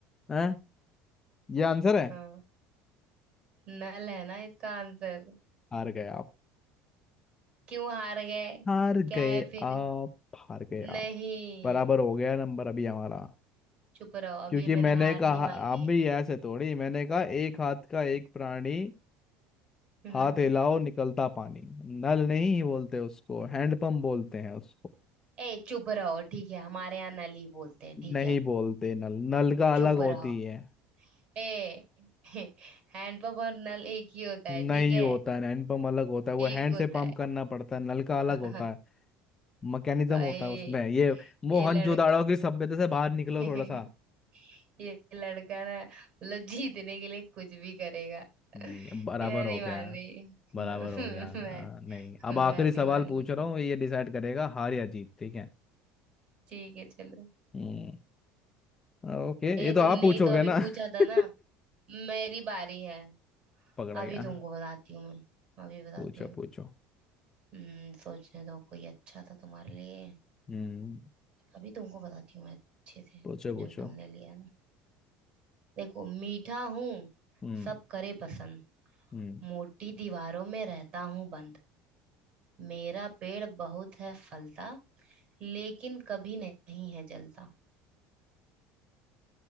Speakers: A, on the left; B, on the right.
A: है हैं? ये आंसर है
B: हाँ नल है ना इसका आंसर
A: हार गए आप
B: क्यों हार गए
A: हार
B: क्या
A: गए
B: है फिर
A: आप हार गए
B: नहीं
A: आप बराबर हो गया नंबर अभी हमारा
B: चुप रहो अभी
A: क्योंकि मैंने
B: मैंने हार
A: कहा
B: नहीं मानी
A: आप
B: है
A: भी ऐसे थोड़ी मैंने कहा एक हाथ का एक प्राणी
B: हम्म
A: हाथ हिलाओ निकलता पानी नल नहीं बोलते उसको हैंडपंप बोलते हैं उसको
B: ए चुप रहो ठीक है हमारे यहाँ नल ही बोलते हैं ठीक
A: नहीं
B: है
A: बोलते नल नल का अलग
B: चुप
A: होती
B: रहो
A: है
B: ए <laughs> हैंडपंप और नल एक ही होता है
A: नहीं
B: ठीक है
A: होता है हैंड पंप अलग होता है वो
B: एक
A: हैंड
B: होता
A: से पंप
B: है
A: करना पड़ता है नल का अलग
B: <laughs>
A: होता है मैकेनिज्म
B: भाई
A: होता है उसमें ये मोहनजोदाड़ो
B: ये लड़का
A: की सभ्यता से बाहर निकलो
B: <laughs>
A: थोड़ा सा
B: ये लड़का ना मतलब जीतने के लिए कुछ भी करेगा <laughs>
A: नहीं अब बराबर
B: ये नहीं
A: हो गया
B: मान
A: है,
B: रही
A: बराबर
B: <laughs>
A: हो गया है,
B: मैं
A: हाँ, नहीं अब
B: मैं
A: आखिरी
B: नहीं
A: सवाल
B: मानूंगी
A: पूछ रहा हूँ ये डिसाइड करेगा हार या जीत ठीक है
B: ठीक है चलो
A: हम्म, ओके
B: ए
A: ये तो
B: तुमने
A: आप पूछोगे
B: ही तो अभी
A: ना
B: पूछा
A: <laughs>
B: था ना मेरी बारी है
A: पकड़ा
B: अभी
A: गया
B: तुमको बताती हूँ मैं अभी बताती
A: पूछो
B: हूँ
A: पूछो
B: हम्म सोचने दो कोई अच्छा था तुम्हारे लिए
A: हम्म
B: अभी तुमको बताती हूँ मैं अच्छे से
A: पूछो पूछो
B: जो तुमने लिया ना देखो मीठा हूँ
A: हम्म
B: सब करे पसंद
A: हम्म
B: मोटी दीवारों में रहता हूँ बंद मेरा पेड़ बहुत है फलता लेकिन कभी नहीं है जलता